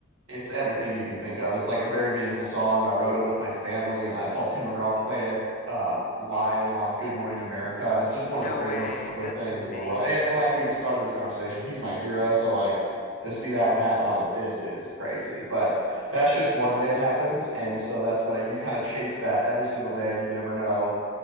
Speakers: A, on the right; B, on the left.
A: it's everything you can think of. It's like a very meaningful song, and I wrote it with my family, and I saw Tim McGraw play it um, live and on Good Morning America, and it's just one
B: No
A: of the cra-
B: way.
A: most surreal
B: That's
A: things
B: amazing.
A: in the world. And, and like we started this conversation, he's my hero, so like to see that one happen, I was like, this is crazy. But that's just one way it happens, and so that's what I, you kind of chase that every single day, and you never know